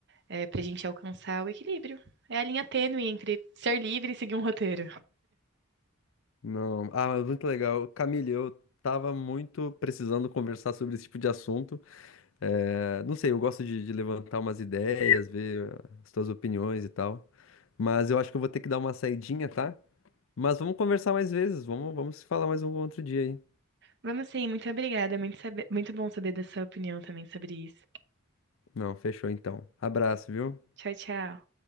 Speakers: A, on the right; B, on the left.
A: é, para a gente alcançar o equilíbrio. É a linha tênue entre ser livre e seguir um roteiro.
B: Não, ah, mas muito legal. Camille, eu tava muito precisando conversar sobre esse tipo de assunto. É, não sei, eu gosto de, de levantar umas ideias, ver as tuas opiniões e tal. Mas eu acho que eu vou ter que dar uma saidinha, tá? Mas vamos conversar mais vezes, vamos, vamos se falar mais um outro dia aí.
A: Vamos sim, muito obrigada. Muito, saber- muito bom saber da sua opinião também sobre isso.
B: Não, fechou então. Abraço, viu?
A: Tchau, tchau.